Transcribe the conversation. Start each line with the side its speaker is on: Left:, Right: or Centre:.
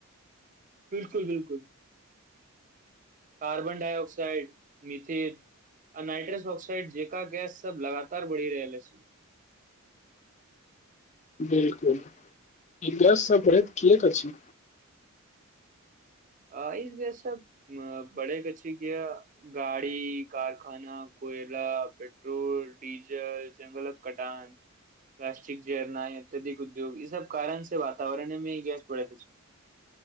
Right: बिल्कुल बिल्कुल कार्बन डाइऑक्साइड मिथेल आ नाइट्रस ऑकसाड जेका गैस सब लगातार बढ़ि रहल अछि
Left: बिल्कुल ई गैस सब बढैत कियऽक अछि
Right: आ इ गैस सब बढ़ैत अछि कियाऽ गाड़ी, कारखाना, कोयला, पेट्रोल, डीजल, जंगलक कटान प्लास्टिक जड़नाइ अत्यधिक उद्योग ई सब कारण से वातावरण मे गैस बढ़ैत अछि